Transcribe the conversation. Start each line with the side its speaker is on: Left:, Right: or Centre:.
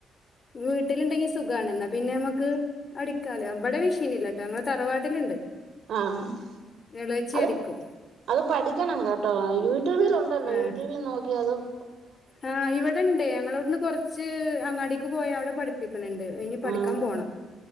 Left: വീട്ടിലുണ്ടെങ്കി സുഖണെന്നാ പിന്നെ നമുക്ക് അടിക്കാല നമ്മടെ വി നില്ലാട്ട ഞങ്ങെ തറവാട്ടിലുണ്ട്
Right: ആഹ് ആ
Left: എളേച്ചി
Right: അത്
Left: അടിക്കും
Right: അത് പഠിക്കണം കേട്ടോ യൂട്യൂബിൽ ഉണ്ടല്ലോ
Left: ആഹ്
Right: യൂട്യൂബിൽ നോക്കി അതും
Left: ആഹ് ഇവിടെണ്ട് ഞങ്ങളവിടുന്ന് കൊറച്ച് കുച്ച് അങ്ങാടിക്ക് പോയി അവിടെ പഠിപ്പിക്കണണ്ട് ഇനി പഠിക്കാൻ
Right: ആ
Left: പോണം